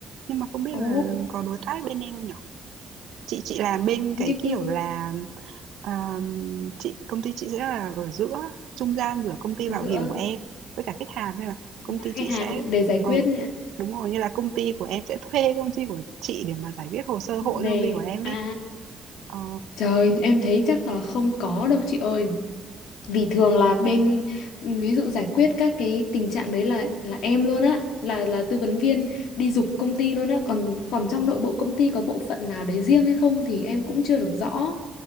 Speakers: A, on the right; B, on the left.
A: Nhưng mà không biết
B: ồ
A: là có đối tác bên em không nhỉ? Chị chị làm bên cái
B: như
A: kiểu
B: cái-
A: là, ờm, chị công ty chị sẽ là ở giữa, trung gian giữa công ty
B: ở
A: bảo
B: giữa
A: hiểm của em với cả khách hàng, nên là công
B: và
A: ty
B: khách
A: chị
B: hàng
A: sẽ
B: để giải
A: ừ,
B: quyết
A: đúng rồi, như là công ty của em sẽ thuê công ty của chị để mà giải quyết hồ sơ hộ
B: Đề
A: cho công ty của em
B: à
A: ấy. Ờ,
B: trời em thấy chắc là không có đâu chị ơi vì thường là bên ví dụ giải quyết các cái tình trạng đấy là là em luôn á là là tư vấn viên đi giục công ty luôn á còn còn trong nội bộ công ty có bộ phận nào đấy riêng hay không thì em cũng chưa được rõ